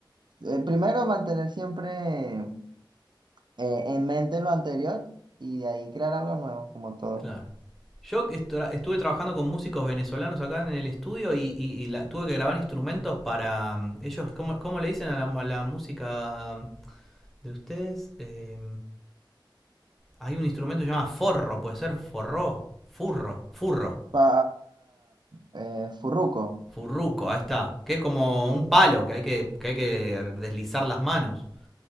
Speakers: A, on the right; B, in the centre.
A: eh, primero mantener siempre eh, en mente lo anterior y de ahí crear algo nuevo, como todo.
B: Claro. Yo estuve trabajando con músicos venezolanos acá en el estudio y, y, y la, tuve que grabar instrumentos para mm, ellos. ¿Cómo, cómo le dicen a la, a la música de ustedes? Eh, Hay un instrumento que se llama forro, puede ser forro, furro, furro,
A: Pa, eh, furruco.
B: furruco, ahí está. Que es como un palo que hay que, que, hay que deslizar las manos,